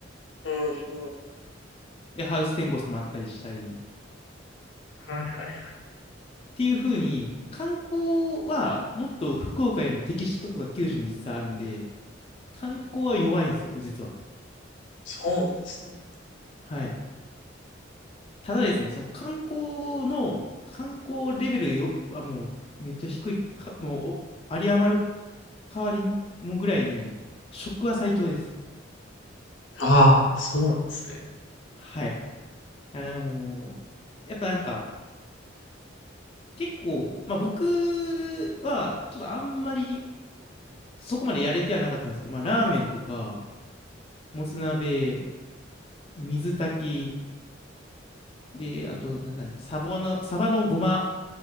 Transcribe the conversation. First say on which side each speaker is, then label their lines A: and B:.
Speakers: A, on the left (about 70°); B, on the left (about 30°).
A: うんうん。は
B: で、ハウステンボスもあったりしたり、っ
A: いはいはい。
B: ていう風に、観光はもっと福岡よりも適したとこが九州に実はあるんで、観光は弱いんですよ、実は。
A: そうなんですね。
B: はい。ただですね、その観光の、観光レベルよ、はもうめっちゃ低いか、もうお有り余る代わりにもぐらいに、食は最強です。
A: ああ、そうなんですね。
B: はい。なんかもう、やっぱなんか、結構、まあ僕は、ちょっとあんまり、そこまでやれてはなかったんですけど、まあラーメンとか、もつ鍋、水炊き、で、あと、なんだよ、サボの、サバのごま、